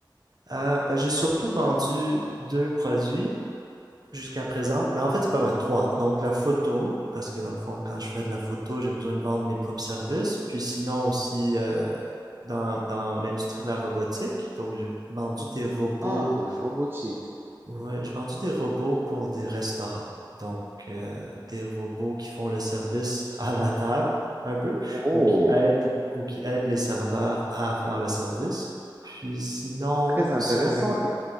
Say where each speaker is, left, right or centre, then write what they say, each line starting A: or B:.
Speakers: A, on the right; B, on the right.
A: Euh, ben, j'ai surtout vendu deux produits. jusqu'à présent, mais en fait, c'est pas vrai. Trois. Donc, la photo, parce que dans le fond, quand je fais de la photo, j'ai besoin de vendre mes propres services. Puis sinon aussi, euh, dans, dans l'industrie de la robotique, donc j'ai vendu des robots.
B: Ah, de la robotique.
A: Ouais, j'ai vendu des robots pour des restaurants. Donc, euh, des robots qui font le service à la table, un peu,
B: Oh,
A: ou qui aident, ou qui aident les serveurs à faire le service. Puis sinon,
B: très intéressant.
A: c'est avec...